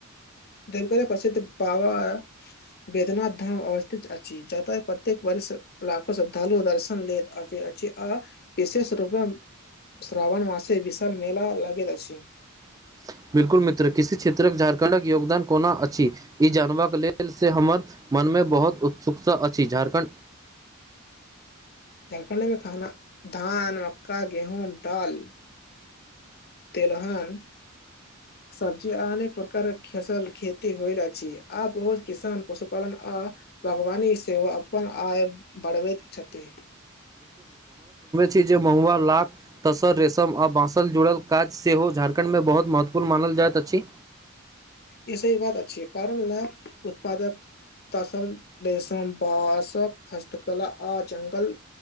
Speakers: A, on the left (about 50°); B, on the right (about 15°).
A: देवघरक प्रसिद्ध पावा वेद्यनाथ धाम अवस्थित अछि जतय प्रत्येक वर्ष लाखो श्रद्धालु दर्शन ल फेर आ विशेष रूपे श्रावण मासे विशाल मेला लागैत छै
B: <unintelligible> बिल्कुल मित्र किसी क्षेत्रक झारखण्डक योगदान कोना अछि ई जानबबाक लेल से हमर मन मे बहुत उत्सुकता अछि झारखण्ड
A: झारखण्डमे खाना धान मक्का गेहूँ दाल तेलहान सब्जी आ अनेक प्रकार फसल खेती होल अछि आ बहुत किसान पशुपालन आ बागवानी से ओ अपन आय बढ़बैत छथि
B: छै जे महुआ लाख तसर रेशम आ बाँसल जुड़ल काज सेहो झारखंड मे बहुत महत्वपूर्ण मानल जायत अछि
A: ई स एकबात अच्छी है कारण ल उत्पादक तस देसम ब हस्तकला आ ज्ंगल